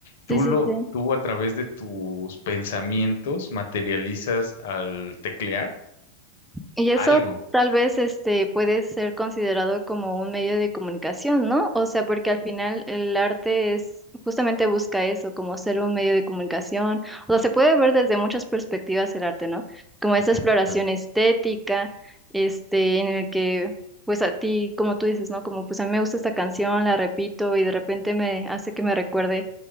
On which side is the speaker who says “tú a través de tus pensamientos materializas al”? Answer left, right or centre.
Left